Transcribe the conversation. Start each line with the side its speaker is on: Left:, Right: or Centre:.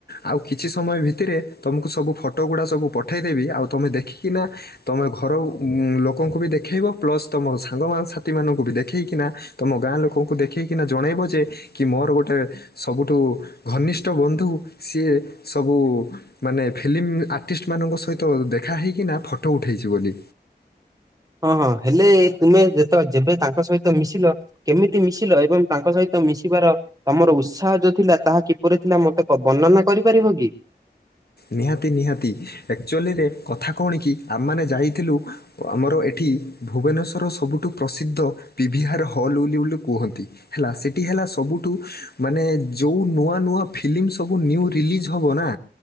Left: ଆଉ କିଛି ସମୟ ଭିତିରେ ତମକୁ ସବୁ ଫ ଫଟ ଗୁଡ଼ା ସବୁ ପଠେଇଦେବି ଆଉ ତମେ ଦେଖିକିନା ତମେ ଘର ଉଁ ଲୋକଙ୍କୁ ବି ଦେଖାଇବ ପ୍ଲସ୍ ତମ ସାଙ୍ଗ ମା ସାଥିମାନଙ୍କୁ ବି ଦେଖେଇକିନା ତମ ଗାଁ ଲୋକଙ୍କୁ ଦେଖେଇକିନା ଜଣେଇବ ଯେ କି ମୋର ଗୋଟେ ସବୁଠୁ ଘନିଷ୍ଠ ବନ୍ଧୁ ସିଏ ସବୁ ମାନେ ଫିଲିମ୍ ଆର୍ଟିଷ୍ଟ ମାନଙ୍କ ସହିତ ଦେଖାହଇକିନା ଫଟୋ ଉଠେଇଚି ବୋଲି
Right: ହଁ ହଁ ହେଲେ ତୁମେ ଯେତେ ଯେବେ ତାଙ୍କ ସହିତ ମିଶିଲ କେମିତି ମିଶିଲ ଏବଂ ତାଙ୍କ ସହିତ ମିଶିବାର ତମର ଉତ୍ସାହ ଯୋ ଥିଲା ତାହା କିପରି ଥିଲା ମତେ ବ ବର୍ଣ୍ଣନା କରିପାରିବ କି
Left: ନିହାତି ନିହାତି ଆକ୍ଚୁଲିରେ କଥା କଣ କି ଆମାନେ ଯାଇଥିଲୁ ଆମର ଏଠି ଭୁବନେଶ୍ୱର ସବୁଠୁ ପ୍ରସିଦ୍ଧ ପିଭିହାର ହଲ୍ ବୋଲି ବୋଲି କୁହନ୍ତି ହେଲା ସେଠି ହେଲା ସବୁଠୁ ମାନେ ଯୋଉ ନୂଆ ନୂଆ ଫିଲିମ ସବୁ ନିଉ ରିଲିଜ୍ ହେବ ନା